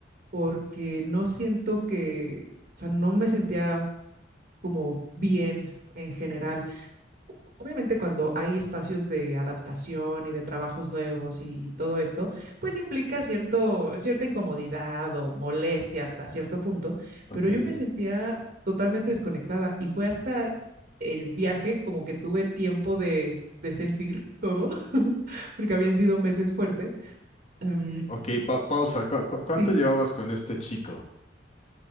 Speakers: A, on the right; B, on the left.
A: Porque no siento que, o sea, no me sentía como bien en general Obviamente cuando hay espacios de adaptación y de trabajos nuevos y, y todo esto, pues implica cierto, cierta incomodidad o molestia hasta cierto punto,
B: Ok.
A: pero yo me sentía totalmente desconectada y fue hasta el viaje como que tuve tiempo de, de sentir todo, <laughs> porque habían sido meses fuertes. Em,
B: Ok, pa- pausa. ¿Cu- cu- cuánto
A: sí,
B: llevabas con este chico?